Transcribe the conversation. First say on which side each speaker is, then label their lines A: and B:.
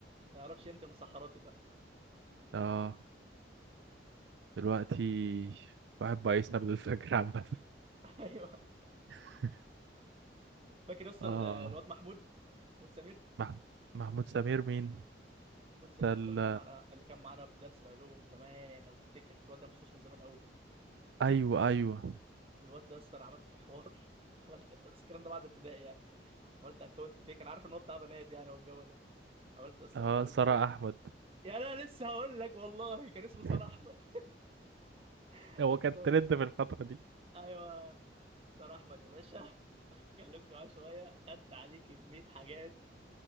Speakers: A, on the right; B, on the right.
A: ما يعرفش قيمه المسحرات ده
B: اه دلوقتي واحد بقى يسهر للفجر عامة
A: <laughs> ايوه
B: <laughs>
A: فاكر يا اسطى
B: اه
A: ال- الواد محمود محمود سمير
B: مح... محمود سمير مين
A: محمود سمير
B: ده
A: يا
B: ال...
A: اسطى اللي كان معانا اللي كان معانا في درس العلوم زمان لو تفتكر الواد ده مش من زمان قوي
B: ايوه ايوه
A: الواد ده يا اسطى انا عملت فيه حوار <laughs> عملت بس الكلام ده بعد ابتدائي يعني عملت اكونت فيك انا عارف ان هو بتاع بنات يعني والجو ده عملت يا اسطى
B: اه
A: اكونت
B: سارة
A: فيك
B: احمد
A: يعني انا لسه هقول لك والله كان اسمه
B: <laughs>
A: سار احمد <laughs>
B: هو كان
A: كنت
B: ترند في الفترة دي
A: ايوه سار احمد يا باشا <laughs> اتكلمت معاه شويه خدت عليه كميه حاجات